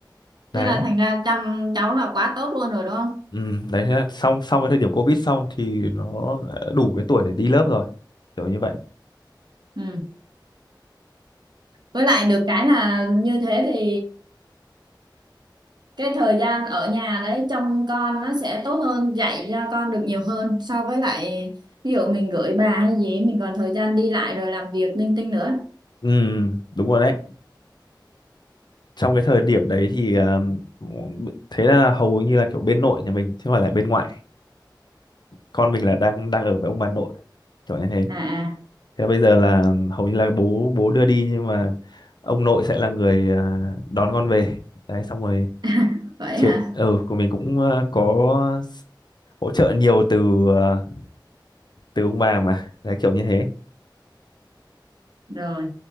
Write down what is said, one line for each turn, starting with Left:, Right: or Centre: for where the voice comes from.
Left: Đấy.
Right: Thế là thành ra chăm cháu là quá tốt luôn rồi đúng không
Left: Ừ, đấy thế là xong xong cái thời điểm Covid xong thì nó đã đủ cái tuổi để đi lớp rồi. Kiểu như vậy.
Right: ừ với lại được cái là như thế thì cái thời gian ở nhà đấy trông con nó sẽ tốt hơn dạy cho con được nhiều hơn so với lại ví dụ mình gửi bà hay gì mình còn thời gian đi lại rồi làm việc linh tinh nữa
Left: Ừ, đúng rồi đấy. trong cái thời điểm đấy thì um, thế là hầu như là kiểu bên nội nhà mình chứ không phải là bên ngoại con mình là đang đang ở với ông bà nội kiểu như thế
Right: à
Left: thế là bây giờ là hầu như là bố bố đưa đi nhưng mà ông nội sẽ là người à, đón con về đấy xong rồi
Right: à <laughs> vậy
Left: chia
Right: hả
Left: ừ của mình cũng à, có s- hỗ trợ nhiều từ à, từ ông bà mà đấy kiểu như thế
Right: rồi